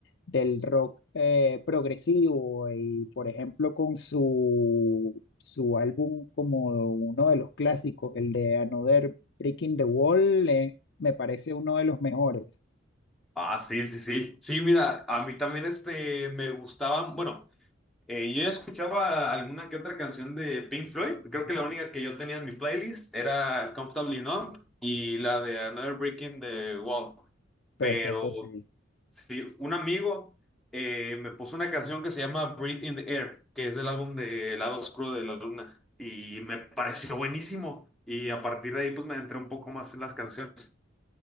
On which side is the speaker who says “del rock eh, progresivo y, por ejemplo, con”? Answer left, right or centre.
Left